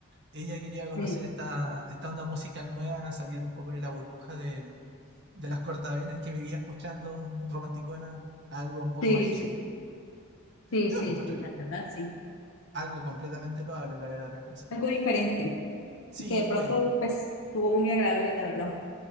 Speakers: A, on the right; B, on the left.
A: Ella quería conocer
B: Sí,
A: esta, esta onda musical nueva, salir un poco de la burbuja de, de las cortavenas que vivía escuchando, romanticona, a algo un poco
B: sí,
A: más heavy.
B: sí, sí,
A: Yo
B: sí,
A: lo encontré
B: sí, la verdad, sí.
A: algo completamente loable, la verdad, de las cosas.
B: Algo diferente.
A: Sí,
B: que de pronto
A: pues,
B: pues estuvo muy agradable, la verdad.